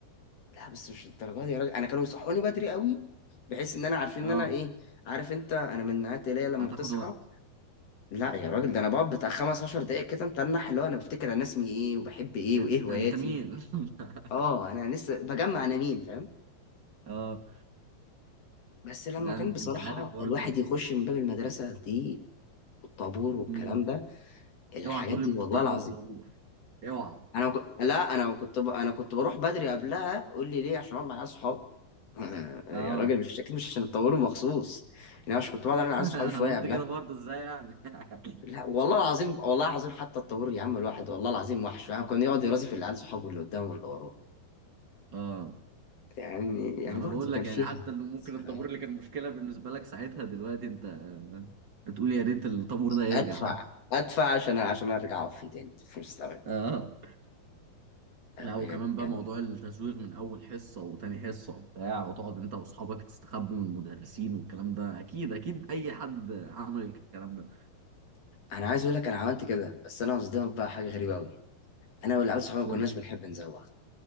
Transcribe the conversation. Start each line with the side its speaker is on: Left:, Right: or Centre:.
Left: لا بس مش للدرجه دي يا راجل انا كانوا يصحوني بدري قوي بحيث ان انا عارفين ان
Right: اه
Left: انا ايه عارف انت انا من نوعية اللي هي لما
Right: هتاخد
Left: بتصحى
Right: وقت
Left: لا يا راجل ده انا بقعد بتاع خمس عشر دقايق كده متنح اللي هو انا بفتكر انا اسمي ايه وبحب ايه
Right: انت انت,
Left: وايه هواياتي
Right: انت مين <laughs>
Left: اه انا لسه بجمع انا مين فاهم
Right: اه
Left: بس لما
Right: لا
Left: كان
Right: انت
Left: بصراحة
Right: أنت عارف برضو
Left: الواحد يخش من باب المدرسة دي والطابور والكلام
Right: مم.
Left: ده الحاجات
Right: اوعى تقول
Left: دي
Right: لي كنت
Left: والله
Right: بتحضر
Left: العظيم
Right: الطابور اوعى
Left: انا وك... لا انا كنت ب... انا كنت بروح بدري قبلها قول لي ليه عشان اقعد مع العيال صحابي <laughs>
Right: اه
Left: يا راجل مش اكيد مش عشان الطابور مخصوص انا مش كنت بقعد انا العيال
Right: <laughs> انا
Left: صحابي شويه
Right: قلت
Left: قبلها
Right: كده برضه ازاي يعني <laughs>
Left: لا والله العظيم والله العظيم حتى الطابور يا عم الواحد والله العظيم وحش يعني كان يقعد يرازي في العيال صحابه اللي قدامه واللي وراه
Right: اه
Left: يعني يعني
Right: ما انا
Left: برضه
Right: بقول لك
Left: كان فيها
Right: يعني حتى اللي ممكن
Left: ذكريات
Right: الطابور اللي كان مشكله بالنسبه لك ساعتها دلوقتي انت آه، بتقول يا ريت الطابور ده يرجع
Left: ادفع
Right: حتى
Left: ادفع عشان عشان ارجع اطفي تاني في مستوى
Right: اه لا وكمان
Left: بجد
Right: بقى
Left: يعني
Right: موضوع التزويغ من اول حصه وتاني حصه وبتاع وتقعد انت واصحابك تستخبوا من المدرسين والكلام ده اكيد اكيد اي حد عمل الكلام ده
Left: انا عايز اقول لك انا عملت كده بس انا قصدي بقى حاجه غريبه قوي انا والعيال صحابي ما
Right: قول
Left: كناش
Right: لي.
Left: بنحب نزوغ